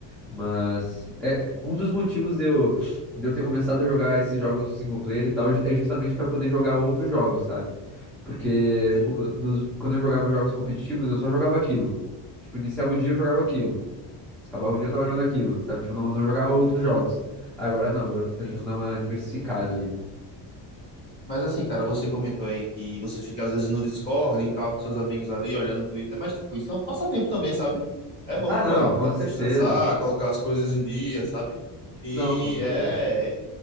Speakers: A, in the centre; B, on the left.
A: Mas é é- um dos motivos de eu, de eu ter começado a jogar esses jogos single player e tal é justamente para poder jogar outros jogos, sabe? Porque
B: Sim,
A: o-
B: sim,
A: dos- quando eu jogava jogos competitivos, eu só jogava aquilo. Tipo, iniciava o dia eu jogava aquilo. Acabava o dia eu tava jogando
B: sim,
A: aquilo, sabe? Tipo, não, não jogava outros jogos. Agora não, agora eu tô tentando
B: sim, sim.
A: dar uma diversificada ali.
B: Mas assim, cara, você comentou aí que você fica às vezes no Discord, em call com seus amigos ali, olhando o Twitter, mas tipo, isso é um passatempo também, sabe? É bom
A: Ah,
B: pra,
A: não, com
B: pra desestressar,
A: certeza.
B: colocar as coisas em dia, sabe? E
A: Não, com certeza.
B: é.